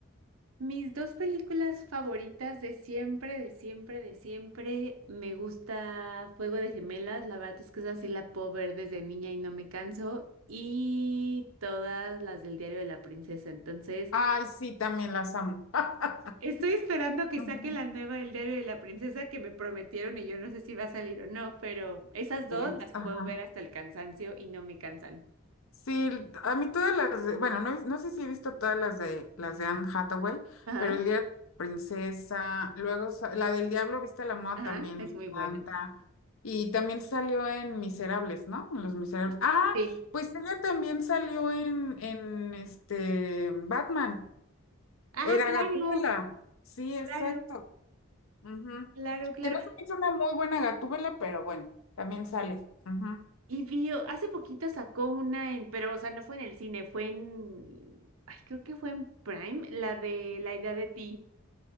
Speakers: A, on the right; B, on the left.
A: Mis dos películas favoritas de siempre, de siempre, de siempre. Me gusta Juego de Gemelas. La verdad es que esa sí la puedo ver desde niña y no me canso. Y todas las del Diario de la Princesa. Entonces,
B: Ay, sí, también las amo. <laughs>
A: estoy esperando que
B: Ujú.
A: saque la nueva del Diario de la Princesa que me prometieron y yo no sé si va a salir o no, pero esas dos
B: Es,
A: las
B: ajá.
A: puedo ver hasta el cansancio y no me cansan.
B: Sí, a mí todas las de, bueno, no, he- no sé si he visto todas las de las de Anne Hathaway,
A: Ajá,
B: pero el día de la princesa, luego sa- la del diablo viste a la moda
A: ajá,
B: también
A: es
B: me encanta.
A: muy buena.
B: Y también salió en Miserables, ¿no? En Los Miserables. Ah,
A: Sí.
B: pues ella también salió en, en este Batman.
A: Ah,
B: Era
A: claro,
B: Gatúbela. Sí,
A: claro.
B: exacto. Ujú.
A: Claro, claro.
B: Que no se me hizo una muy buena Gatúbela, pero bueno, también sale. Ujú.
A: Y vio, hace poquito sacó una en, pero, o sea, no fue en el cine, fue en, ay, creo que fue en Prime, la de La idea de ti,